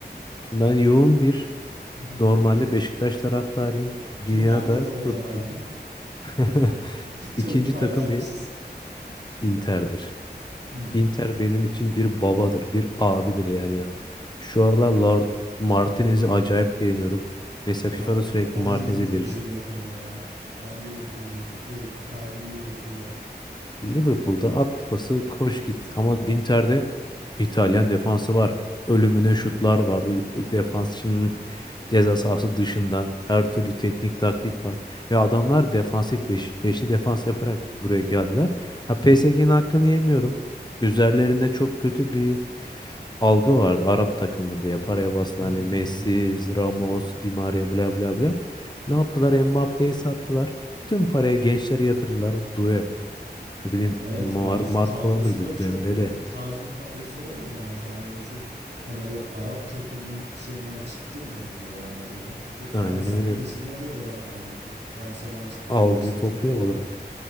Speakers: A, on the left; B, on the right.
A: şimdi ben yoğun bir
B: <laughs>
A: normalde Beşiktaş taraftarıyım. Dünyada
B: Bende de o
A: tuttum.
B: var abi.
A: <laughs>
B: <laughs> Çok
A: İkinci
B: para
A: takım
B: vermişiz.
A: bir Inter'dir.
B: Hmm.
A: Inter benim için bir babadır, bir abidir yani. Şu aralar Lord Martinez'i acayip beğeniyorum. Mesela FIFA'da
B: Abi,
A: sürekli
B: ben
A: Martinez'i
B: Liverpool'cuyum
A: veririm.
B: o konuda ya. Ben Liverpool'cuyum. Direkt kalbim Liverpool'da ya.
A: Liverpool'da at pası koş git ama Inter'de İtalyan defansı var. Ölümüne şutlar var. Uy- Defans şimdi ceza sahası dışından her türlü teknik taktik var. Ve adamlar defansif beş, beşli defans yaparak buraya geldiler.
B: <laughs>
A: Ha PSG'nin hakkını yemiyorum. Üzerlerinde çok kötü bir algı vardı. Arap takımı diye paraya bastı.
B: Hı
A: Hani
B: hı,
A: Messi,
B: hı hı.
A: Ramos, Di Maria bla bla bla. Ne yaptılar? Mbappe'yi sattılar. Tüm paraya gençleri yatırdılar. Due. Ne bileyim
B: Evet
A: Mar
B: bence
A: Markola
B: kadrosu
A: mıydı?
B: da çok
A: Dembele.
B: böyle tarz bir kadrosu oldu yani şu an böyle çok hani o Arap takımın şeyinden çıktı bir noktada bence ya. Çok Fransız
A: Aynen öyle
B: gençliğine de odaklandı bir tık. Fransa'dan çıkma
A: algıyı
B: gençlik
A: topluyor
B: çok fazla
A: falan.
B: var.